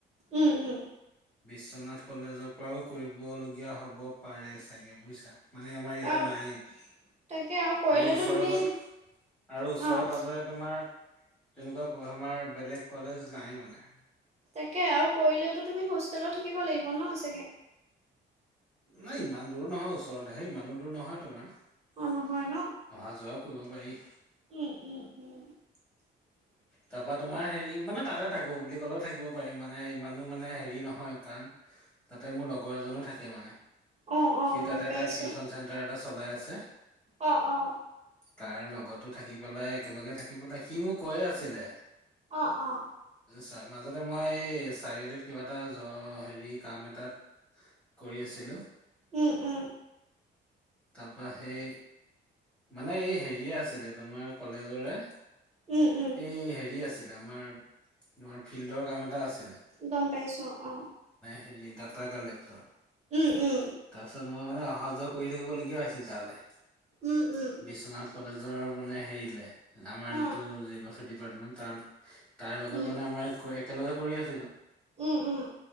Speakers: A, on the right (about 35°); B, in the centre.
A: উম, উম,
B: বিশ্বনাথ কলেজক পৰাও কৰিবলীয়া হব পাৰে চাগে বুজিছা মানে আমাৰ ইয়াতে
A: আৰু
B: নাইয়ে।
A: তাকে কৰিলেতো
B: আৰু ওচৰেৰে
A: তুমি
B: প আৰু ওচৰেৰে
A: অ',
B: পাজৰে তোমাৰ তেনেকুৱা ক আমাৰ বেলেগ কলেজ নাই মানে।
A: তাকে আৰু কৰিলেওতো তুমি হোষ্টেলত থাকিব লাগিব ন চাগে।
B: নাই ইমান দূৰো নহয় ওচৰতহে ইমানো দূৰ নহয় তোমাৰ অহা
A: অ', নহয় ন?
B: যোৱাও কৰিব পাৰি
A: উম, উম, উম, <inaudible>
B: তাৰপৰা তোমাৰ হেৰি মানে তাতে থাকো বুলি কলেও থাকিব পাৰিম মানে ইমানো মানে হেৰি নহয় কাৰণ তাতে মোৰ লগৰ এজনো থাকে মানে
A: অ', অ',
B: সি
A: গম
B: তাতে
A: পাইছোঁ।
B: তাৰ টিউচন চেণ্টাৰ চলাই আছে
A: অ', অ',
B: তাৰ লগতো থাকি পেলাই একেলগে থাকি পেলাই সিও কৈ আছিলে
A: অ', অ',
B: ছাৰ মাজতে মই চাৰিআলিত কিবা এটা হেৰি কাম এটাত কৰি আছিলো
A: উম, উম
B: তাৰপা সেই মানে এই হেৰিয়ে আছিলে তোমাৰ কলেজৰে
A: উম উম,
B: এই হেৰি আছিল আমাৰ তোমাৰ ফিল্ডৰ কাম এটা আছিল
A: গম পাইছো অ',
B: হেৰি ডাটা কালেক্টৰ
A: উম, উম,
B: তাৰপিছত মই মানে অহা যোৱা কৰি থাকিবলগীয়া হৈছিল তালৈ
A: উম, উম,
B: বিশ্বনাথ কলেজৰ মানে হেৰিলে আমাৰ যিটো
A: অ',
B: জিঅগ্ৰাফি ডিপাৰ্টমেণ্ট তাৰ তাৰ লগত
A: উম।
B: মানে আমাৰ একেলগে কৰি আছিলো
A: উম, উম,